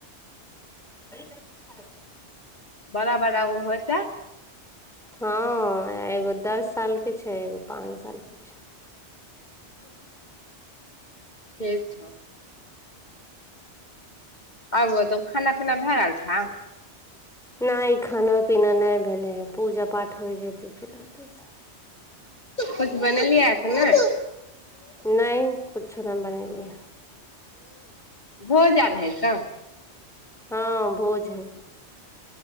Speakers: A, in the centre; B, on the left.
A: <unintelligible>
B: बरा-बरा ओ होय तऽ
A: हँऽ एगो दस साल के छै एगो पान साल के छै
B: <unintelligible> ठीक छो आर बताऊ खाना-पीना भए गैल छऊ।
A: नहि खाना-पीना नै भेले हे पूजा-पाठ होय जते फेर होते सब
B: कुछ बनेलियिये कि न
A: नहि कुछो नहि बने लियै
B: भोज आर है तऽ
A: हँ भोज हय